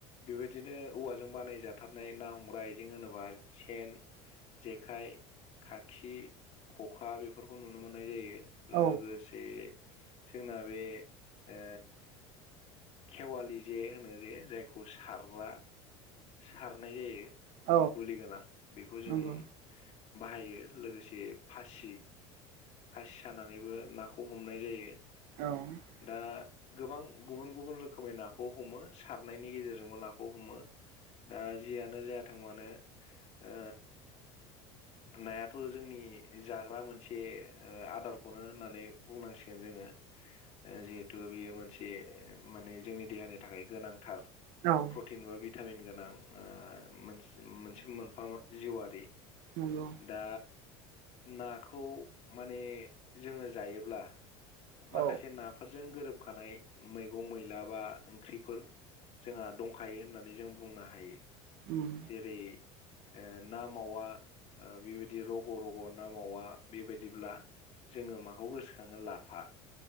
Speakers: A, on the left (about 50°); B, on the right (about 65°).
A: बेबायदिनो औवाजों बानायजा थारनाय ना हमग्रा आइजें होनोबा सेन जेखाय खाखि खखा बेफोरखौ नुनो मोननाय जायो।
B: औ
A: लोगो से जोंना बे ओ खेवालि जे होनो जे जायखौ सारग्रा सारनाय जायो
B: औ
A: गुलि गोनां बेखौ
B: नंगौ
A: जों
B: नंगौ
A: बाहायो लोगोसे फासि फासि सानानैबो नाखौ हमनाय जायो।
B: औ औ नंगौ
A: दा गोबां गुबुन गुबुन रोखोमै नाखौ हमो सारनायनि गेजेरजोंबो नाखौ हमो। दा जियानो जायाथों मानो ओ नायाथ' जोंनि जाग्रा मोनसे ओ आदारखौनो होननानै बुंनांसिगोन जोङो। ओ जिहेथु बेयो मोनसे माने जोंनि देहानि थाखाय गोनांथार।
B: औ।
A: प्रटिन
B: औ
A: बा भिटामिन गोनां ओ मोनसे मोनसे मोनफा जिउआरारि।
B: नोंगौ।
A: दा नाखौ माने जोङो जायोब्ला
B: औ
A: माखासे नाफोरजों गोरोबखानाय मैगं मैला बा ओंख्रिफोर जोंहा दंखायो होननानै जों बुंनो हायो
B: उम
A: जेरै ओ ना मावा बेबायदि रग' रग' ना मावा बेबायदिब्ला जोङो माखौ गोसोखाङो लाफा